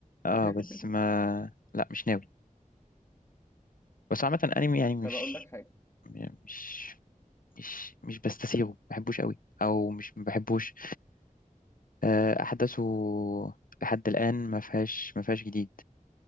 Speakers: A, on the left; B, on the left.
A: اه
B: <laughs>
A: بس ما لا مش ناوي بس عامة أنمي يعني مش
B: طب أقول لك حاجة
A: مش مش مش بستسيغه ما بحبوش قوي أو مش ما بحبوش آه، أحداثه لحد الآن ما فيهاش ما فيهاش جديد